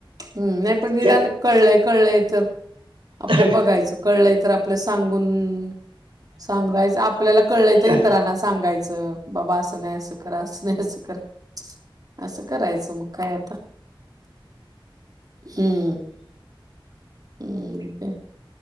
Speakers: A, on the right (about 45°); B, on the right (about 85°).
A: हम् नाही पण निदान
B: त्या-
A: कळलंय कळलंय तर... आपलं
B: हा
A: बघायचं कळलंय तर आपलं सांगून सांगायचं आप.... आपल्याला कळलंयचं
B: का
A: इतरांना सांगायचं बाबा असं नाही असं क असं नाही असं कर.... असं करायचं मग काय... हम्म हम्.